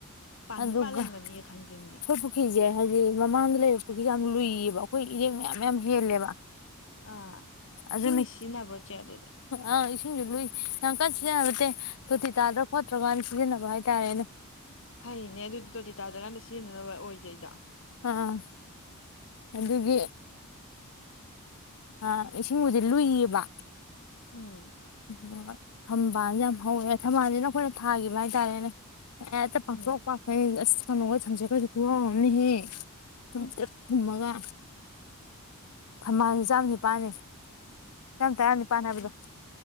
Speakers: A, on the left; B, on the left.
A: ꯄꯥꯟꯗꯤ
B: ꯑꯗꯨꯒ
A: ꯄꯥꯜꯂꯝꯒꯅꯤꯌꯦ
B: ꯑꯩꯈꯣꯏ
A: ꯊꯥꯡꯖꯤꯡꯗꯤ
B: ꯄꯨꯈ꯭ꯔꯤꯁꯦ ꯍꯥꯏꯗꯤ ꯃꯃꯥꯡꯗ ꯂꯩꯕ ꯄꯨꯈ꯭ꯔꯤꯁꯦ ꯌꯥꯝ ꯂꯨꯏꯌꯦꯕ ꯑꯩꯈꯣꯏ ꯏꯔꯦꯡ ꯃꯌꯥꯝ ꯃꯌꯥꯝ ꯍꯦꯜꯂꯦꯕ
A: ꯑꯥ ꯏꯁꯤꯡꯗꯤ
B: ꯑꯗꯨꯅ
A: ꯁꯤꯖꯤꯟꯅꯕ꯭ꯔꯣ ꯆꯦ ꯑꯗꯨꯗꯤ
B: ꯑꯥ ꯏꯁꯤꯡꯁꯨ ꯂꯨꯏ ꯌꯥꯝ ꯀꯟꯅ ꯁꯤꯖꯤꯟꯅꯕꯠꯇꯦ ꯇꯣꯇꯤ ꯇꯥꯗ꯭ꯔꯥ ꯈꯣꯠꯇ꯭ꯔꯥ ꯀꯥꯟꯗ ꯁꯤꯖꯤꯟꯅꯕ ꯍꯥꯏꯇꯥꯔꯦꯅꯦ
A: ꯐꯩꯅꯦ ꯑꯗꯨꯗꯤ ꯇꯣꯇꯤ ꯇꯥꯗ꯭ꯔꯀꯥꯟꯗ ꯁꯤꯖꯤꯟꯅꯅꯕ ꯑꯣꯏꯖꯩꯗ
B: ꯑꯥ ꯑꯗꯨꯒꯤ ꯑ ꯏꯁꯤꯡꯕꯨꯗꯤ ꯂꯨꯏꯌꯦꯕ
A: ꯎꯝ
B: ꯎꯝ ꯊꯝꯕꯥꯜꯁꯦ ꯌꯥꯝ ꯍꯧꯋꯦ ꯊꯝꯕꯥꯜꯁꯤꯅ ꯑꯩꯈꯣꯏꯅ ꯊꯥꯈꯤꯕ ꯍꯥꯏꯇꯥꯔꯦꯅꯦ ꯍꯦꯛꯇ ꯄꯥꯛꯊꯣꯡ
A: ꯎꯝ
B: ꯄꯥꯈꯩ ꯑꯁ ꯊꯅꯣꯒ ꯊꯝꯖꯦꯠꯀꯁꯦ ꯈꯨꯋꯥꯡ ꯑꯃꯅꯤꯍꯦ ꯊꯨꯝꯇ꯭ꯔꯤꯛ
A: ꯎꯝ
B: ꯊꯨꯝꯃꯒ ꯊꯝꯕꯥꯜꯁꯨ ꯆꯥꯝꯃ ꯅꯤꯄꯥꯜꯅꯤ ꯆꯝꯇꯔꯥꯅꯤꯄꯥꯟ
A: ꯐꯖꯔꯝꯒꯅꯤ
B: ꯍꯥꯕꯗꯣ